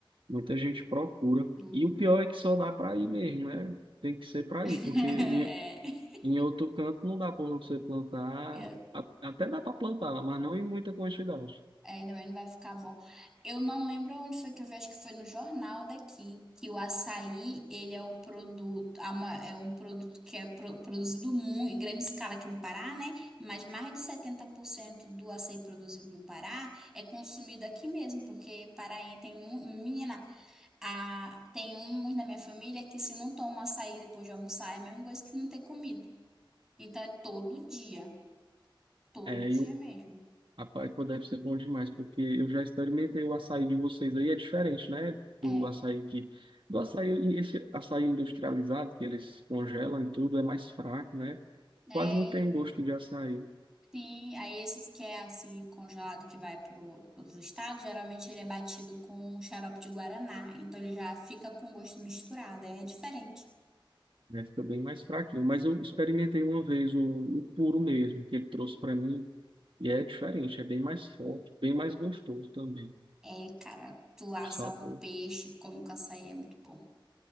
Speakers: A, on the right; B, in the centre.
A: muita gente procura.
B: Hum.
A: E o pior é que só dá para ir mesmo, né? Tem que ser para
B: <laughs>
A: ir, porque em, em outro canto não dá para você plantar.
B: É.
A: A- Até dá para plantar, mas não em muita quantidade.
B: É, também não vai ficar bom. Eu não lembro onde foi que eu vi, acho que foi no jornal daqui, que o açaí, ele é o produto, a ma- é um produto que é pro- produzido mu- em grande escala aqui no Pará, né? Mas mais de 70% do açaí produzido no Pará é consumido aqui mesmo, porque Paraí tem um, menina, a, tem uns da minha família que se não toma açaí depois de almoçar, é a mesma coisa que não ter comido. Então é todo dia, todo
A: É,
B: dia mesmo.
A: Rapaz, pô, deve ser bom demais, porque eu já experimentei o açaí de vocês aí, é diferente, né? Do
B: É.
A: açaí que. Do açaí, esse açaí industrializado, que eles congelam e tudo, é mais fraco, né?
B: É,
A: Quase não tem gosto de açaí,
B: Sim, aí esses que é assim, congelado, que vai para os estados, geralmente ele é batido com um xarope de guaraná. Então ele já fica com gosto misturado, é diferente.
A: né? Fica bem mais fraquinho. Mas eu experimentei uma vez o, o puro mesmo, que ele trouxe para mim, e é diferente, é bem mais forte, bem mais gostoso também,
B: É, cara, tu assa
A: o sabor.
B: um peixe, come com açaí, é muito bom.